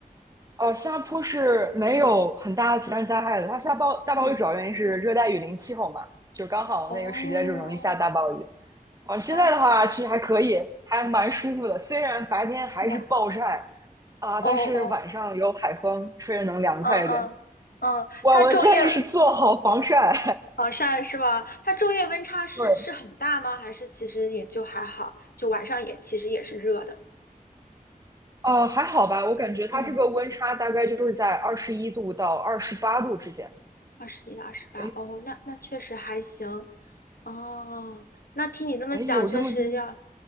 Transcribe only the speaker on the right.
哦，新加坡是没有很大的自然灾害的，
它下暴大暴雨主要原因是热带雨林气候嘛，
就刚好那个时间就容易下大暴雨。
啊，现在的话其实还可以，
还蛮舒服的，虽然白天还是暴晒
啊，
但是晚上有海风，吹着能凉快一点。
哇，
我的建议是做好防晒。
<laughs> 对，
呃，还好吧，我感觉它这个温差大概就是在二十一度到二十八度之间。
哎
哎，有这么低吗？